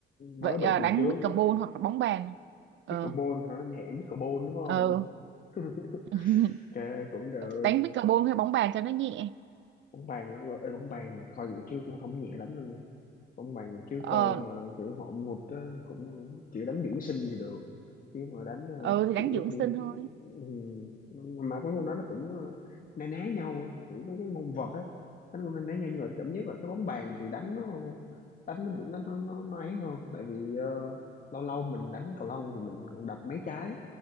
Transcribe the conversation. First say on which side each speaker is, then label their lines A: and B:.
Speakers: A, on the right; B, on the left.
A: vậy
B: mới bị
A: à,
B: tuần
A: đánh
B: trước
A: pickleball hoặc là bóng bàn ờ
B: Pickleball hả? Anh hẹn pickleball đúng không?
A: ờ
B: <laughs>
A: <laughs>
B: Ok cũng được.
A: đánh pickleball hay bóng bàn cho nó nhẹ
B: bóng bàn á ê, bóng bàn coi vậy chứ cũng không nhẹ lắm đâu nha bóng bàn chứ
A: ờ
B: coi mà kiểu họ ngụt á cũng ờ, kiểu đánh dưỡng sinh thì được chứ mà đánh
A: ờ
B: ờ,
A: thì đánh
B: kiểu
A: dưỡng
B: thì
A: sinh thôi
B: ừ, mà mấy môn đó nó cũng ờ, na ná nhau á, kiểu mấy cái môn vợt á đánh cũng na ná nhau nhưng mà cảm giác là cái bóng bàn thì đánh nó đánh nó bị nó nó nó, nó ấy hơn tại vì ờ, lâu lâu mình đánh cầu lông thì mình còn đập mấy trái